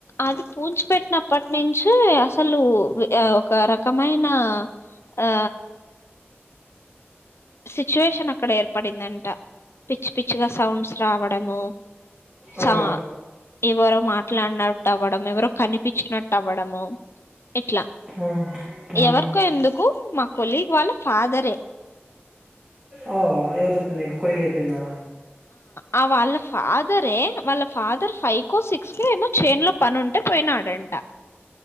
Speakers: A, on the left; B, on the right.
A: అది పూచి పెట్టినప్ప నిం హా అసలు ఒక ర కమైన ఆ సిట్యువేషన్ అక్కడే పడిందంట పిచ్చి పిచ్చిగా సౌండ్స్ రావడము సా
B: ఆ
A: ఇవ మాట్లాడనాడు తవడం ఎవరు కనిపించినట్టు అవ్వడము ఇట్లా
B: ఆ ఆ
A: ఎవరికో ఎందుకు మా కొలీగ వాళ్ళ ఫాదరే
B: అ ఎవరు చెపింది కో పిలా
A: అ వాఫద్ ే వాళ్ళ ఫాదర్ ఫైట్ సిక్స్ క ఏమో చైన్ లో పని ఉంటే పోయినాడడా